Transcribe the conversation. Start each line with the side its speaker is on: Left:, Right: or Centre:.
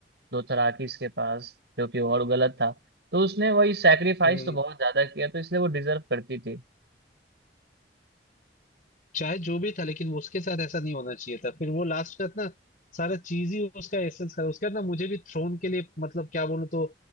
Right: दोथराकिस के पास जो कि और गलत था तो उसने वही सैक्रिफाइस
Left: बताओ
Right: तो बहुत ज्यादा किया तो इसलिए वो डिजर्व करती थी
Left: चाहे जो भी था लेकिन उसके साथ ऐसा नहीं होना चाहिए था फिर वो लास्ट का ना सारा चीज ही उसका एसेंस का उसके बाद ना मुझे भी थ्रोन के लिए मतलब क्या बोलूं तो